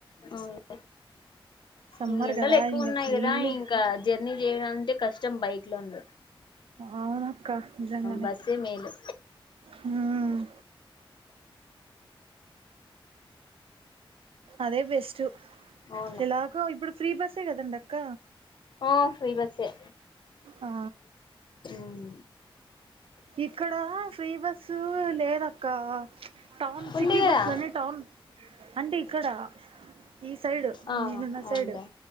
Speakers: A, on the left; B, on the right.
A: ఔన్లే
B: సమ్మర్
A: ఈ ఎండలెక్కువున్నాయ్
B: కదా ఇంగ ఫుల్
A: గదా ఇంక జర్నీ జేయడం అంటే కష్టం బైక్ లోండి.
B: అ ఔనక్క నిజంగనే
A: బస్సే మేలు
B: హుమ్. అదే బెస్ట్
A: అవును
B: ఎలాగో ఇబ్బుడు ఫ్రీ బస్. తె గదండక్క
A: ఆ ఫ్రీ బస్సే
B: ఆ
A: ఉమ్
B: ఇక్కడ ఫ్రీ బస్సు లేదక్క టౌన్
A: ఉంది
B: సిటీ
A: కదా
B: బస్లోనె టౌన్. అంటే ఇక్కడ ఈ సైడ్
A: ఆ
B: నేనున్న
A: అవునులే
B: సైడ్